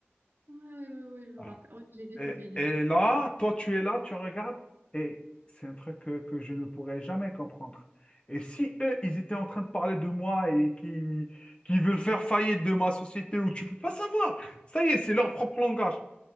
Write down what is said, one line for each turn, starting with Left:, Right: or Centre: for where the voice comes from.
Right: Ouais, ouais, ouais, ouais, je me
Left: Voilà.
Right: rappelle. Ouais, j'ai vu
Left: Et,
Right: cette vidéo.
Left: et là, toi, tu es là, tu regardes, et c'est un truc que, que je ne pourrais jamais comprendre. Et si eux, ils étaient en train de parler de moi et qui, qui veulent faire faillite de ma société, où tu peux pas savoir. Ça y est, c'est leur propre langage.